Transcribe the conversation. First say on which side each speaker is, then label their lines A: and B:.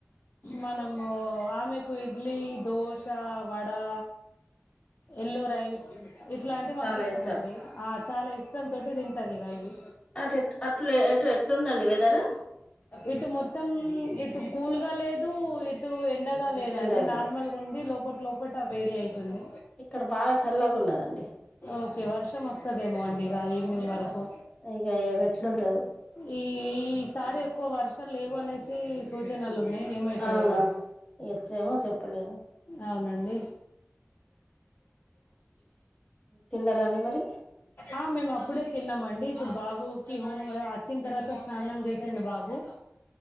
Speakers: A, on the left; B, on the left.
A: మనమూ ఆమెకు డ్లీ దోశా వడా ఎల్లో రైస్ ఇట్లాంటివి
B: చాలా
A: పంపిస్తం
B: ఇష్టం
A: అండి ఆ చాలా ఇష్టం తోటి దింటదిగ ఇవి
B: అటెట్ అట్లే ఎటు ఎట్లుందండి వెదరు
A: ఇటు మొత్తం ఇటు కూల్గా లేదూ ఇటు ఎండగా లేదం
B: ఎండగలు
A: మళ్ళీ ముందే లోపట లోపట ఆ వేడి అవుతుంది
B: ఇక్కడ బాగా చల్లగా ఉన్నదండి
A: ఓకే వర్షం వస్తదేమో అండి ఇక ఈవినింగ్ వరకు
B: వర్ ఇక ఎట్లుంటదో
A: ఈ ఈసారి ఎక్కువ వర్షాలు లేవు అనేసి సూచనలు ఉన్నాయి ఏమవుతయో
B: అవునా
A: మరి
B: ఎట్లేమో చెప్పలేము
A: అవునండి
B: తిన్నారండి మరి
A: ఆ మేము అప్పుడే తిన్నామండి ఇప్పుడు బాబుకి హోమ్ వచ్చిన తర్వాత స్నానం చేసిండు బాబు